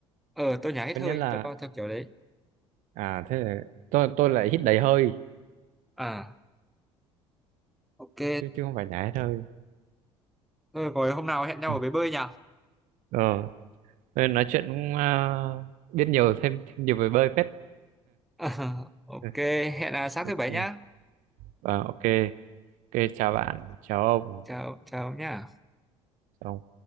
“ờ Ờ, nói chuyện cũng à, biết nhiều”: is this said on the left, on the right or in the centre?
Right